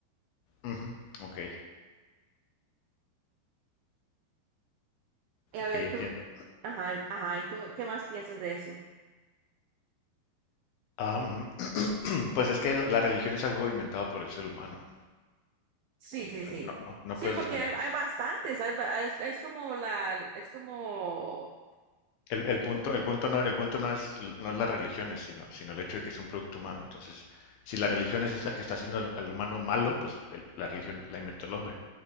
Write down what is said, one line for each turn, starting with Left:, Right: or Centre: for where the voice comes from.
Left: Ujú, Ok,
Right: Y a
Left: ok,
Right: ver,
Left: entiendo.
Right: tú, ajá, ajá, ¿y tú qué más piensas de eso?
Left: Am, <clears throat> pues es que la la religión es algo inventado por el ser humano.
Right: Sí, sí,
Left: O sea,
Right: sí.
Left: No, no, no
Right: Sí,
Left: puedes
Right: porque
Left: desconectar.
Right: hay, hay bastantes, hay ba- es, es como la, es como,
Left: El, el
Right: como
Left: punto, el punto no, el punto no es, no es las religiones, sino, sino el hecho de que es un producto humano. Entonces, si la religión es, es la que está haciendo al, al humano malo, pues el- la religión la inventó el hombre.